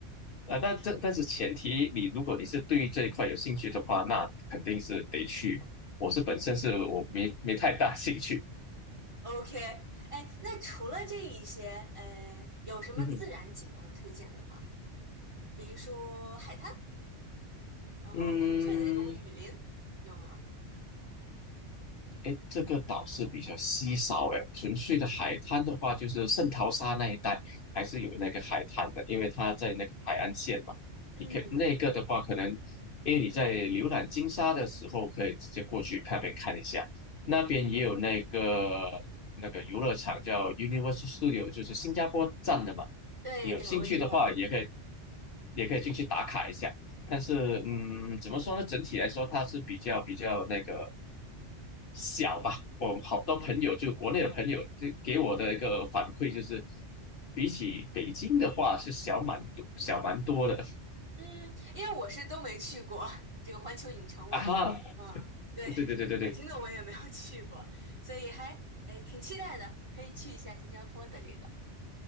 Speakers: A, on the left; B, on the right.
A: 啊，但这但是前提，你如果你是对这一块有兴趣的话，那肯定是得去。我是本身是我没没太大兴趣，
B: 嗯，OK，哎，那除了这一些，呃，有什么自然景观推荐的吗？
A: 嗯哼。
B: 比如说海滩。然后纯粹的那种雨林有吗？
A: 嗯，哎，这个岛是比较稀少哎，纯粹的海滩的话，就是圣淘沙那一带还是有那个海滩的，因为它在那个海岸线嘛。
B: 嗯
A: 你可以那个的话，可能因为你在浏览金沙的时候，可以直接过去看边看一下，那边也有那个
B: 嗯
A: 那个游乐场叫 Universal Studio，就是新加坡站的嘛。
B: 对对，
A: 你有兴趣的话，
B: 我知道那
A: 也可以也可以进去打卡一下。但是嗯，怎么说呢？整体来说，它是比较比较那个小吧。我好多朋友，就国内的朋友，就给我的一个反馈就是，比起北京的话，是小蛮多小蛮多的
B: 嗯，因为我是都没去过这个环球影城我，
A: <laughs> 啊哈。
B: 我嗯，对，
A: 对对对对对，
B: 北京的我也没有去过，所以还哎挺期待的，可以去一下新加坡的这个。